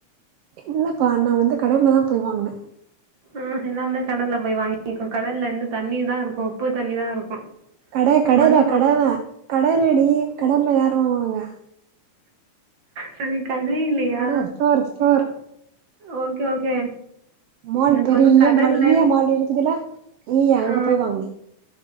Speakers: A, on the right; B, on the right.
A: இல்லப்பா நா வந்து கடையிலதா போய் வாங்குன
B: ஆ எல்லாமே கடல்ல போய் வாங்கிக்கோ கடல்ல வந்து தண்ணிதா இருக்கும் உப்பு தண்ணிதா இருக்கும்
A: கட கடேல
B: மண்ணு வாங்க
A: கடிலா கடலடி கடல்லல யார் வாங்குவாங்க
B: சரி கண்ணு இல்லையா
A: கட store store
B: okay okay
A: mall
B: எனக்கு
A: பெரிய
B: வந்து கடல்ல
A: மால் ஈய மால் இருக்குதுல்ல ஈய அங்க
B: ஆ
A: போய் வாங்குனே